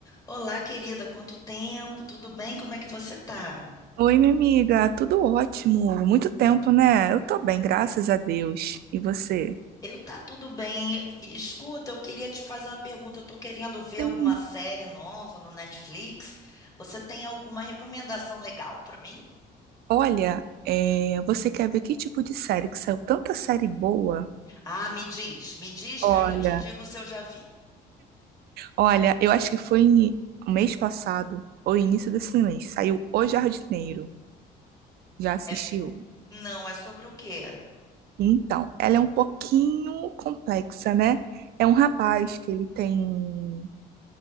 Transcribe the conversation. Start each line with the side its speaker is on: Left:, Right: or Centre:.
Left: Olá, querida, quanto tempo? Tudo bem? Como é que você tá?
Right: Oi, minha amiga, tudo ótimo. Muito tempo, né? Eu tô bem, graças a Deus. E você?
Left: Eu tá tudo bem. Escuta, eu queria te fazer uma pergunta. Eu tô querendo ver
Right: Sim.
Left: alguma série nova no Netflix. Você tem alguma recomendação legal pra mim?
Right: Olha, é, você quer ver que tipo de série? Que saiu tanta série boa.
Left: Ah, me diz, me diz
Right: Olha,
Left: que aí eu te digo se eu já vi.
Right: Olha, eu acho que foi em- mês passado, ou início desse mês, saiu O Jardineiro. Já assistiu?
Left: É- não, é sobre o quê?
Right: Então, ela é um pouquinho complexa, né? É um rapaz que ele tem.